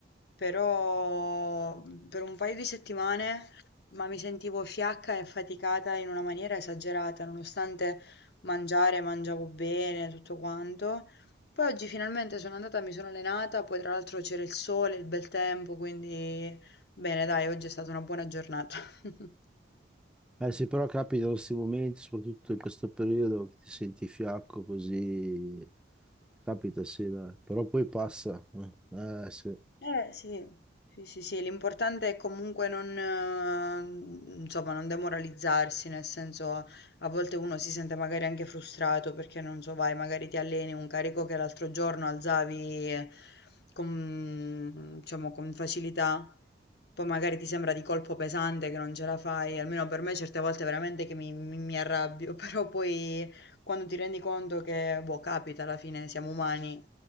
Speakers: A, on the left; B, in the centre.
A: però mh, per un paio di settimane, ma mi sentivo fiacca e affaticata in una maniera esagerata, nonostante mangiare, mangiavo bene, tutto quanto. Poi oggi finalmente sono andata, mi sono allenata, poi tra l'altro c'era il sole, il bel tempo, quindi bene, dai, oggi è stata una buona giornata. <laughs>
B: Eh sì, però capita questi momenti, soprattutto in questo periodo, che ti senti fiacco così, capita sì dai, però poi passa. Eh, eh, sì.
A: Eh sì, sì, sì, sì, l'importante è comunque non, eh, insomma, non demoralizzarsi, nel senso a volte uno si sente magari anche frustrato perché non so, vai, magari ti alleni un carico che l'altro giorno alzavi con, diciamo, con facilità, poi magari ti sembra di colpo pesante che non ce la fai, almeno per me certe volte veramente che mi, mi- mi arrabbio, <laughs> però poi quando ti rendi conto che, boh, capita, alla fine siamo umani,